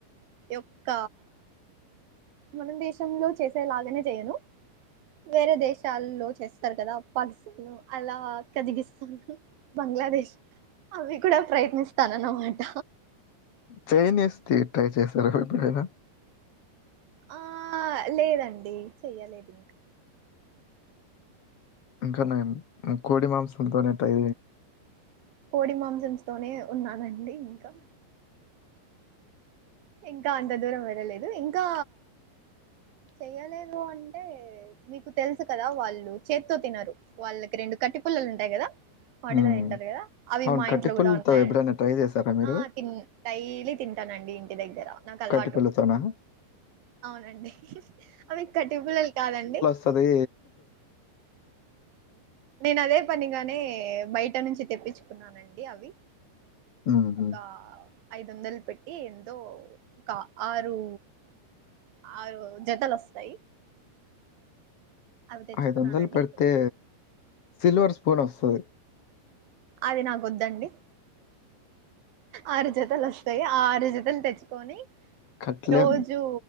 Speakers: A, on the right (about 65°); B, on the left (about 55°).
A: యొక్క మనం దేశంలో చేసేలాగానే చేయను వేరే దేశాల్లో చేస్తరు కదా పాకిస్తాన్ అలా కజగిస్తాను బంగ్లాదేశ్ అవి కూడా ప్రయత్నిస్తానన్నమాట
B: చైనీస్ ట్రై చేశార ఎప్పుడైనా
A: ఆ లేదండి చెయ్యలేదు ఇంక
B: ఇంకా నయం కోడి మాంసంతోనేటై
A: కోడి మాంసంస్ తోనే ఉన్నానండి ఇంకా ఇంకా అంత దూరం వెళ్ళలేదు ఇంకా చెయ్యలేదు అంటే మీకు తెలుసు కదా వాళ్ళు చేత్తో తినరు వాళ్ళకి రెండు కట్టి పుల్లలు ఉంటాయి కదా వాటిదో
B: హ్మ్
A: తింటారు కదా అవి
B: అవును
A: మా
B: కట్టిపుల్లతో
A: ఇంట్లో కూడా ఉన్నాయ్
B: ఎప్పుడైనా ట్రై చేశారా మీరు
A: ఆ తిన్ డైలీ తింటానండి ఇంటి దగ్గర నాకు అలవాటు
B: కట్టిపుల్లతోనా
A: అవునండి అవి కట్టి పుల్లలు కాదండి
B: సదే
A: నేను అదే పనిగానే బయట నుంచి తెప్పించుకున్నానండి అవి
B: హ్మ్ హు
A: ఒక ఐదు వందలు పెట్టి ఎంతోఒక ఆరు ఆ జతలు వస్తయ్ తెచ్చుకున్నానండి
B: ఐదు వందలు పెడితే సిల్వర్ స్పూన్ వస్తది
A: అది నాకు వద్దండి ఆరు జతలు వస్తాయ్ ఆరు జతలు తెచ్చుకొని
B: కట్లెం
A: రోజు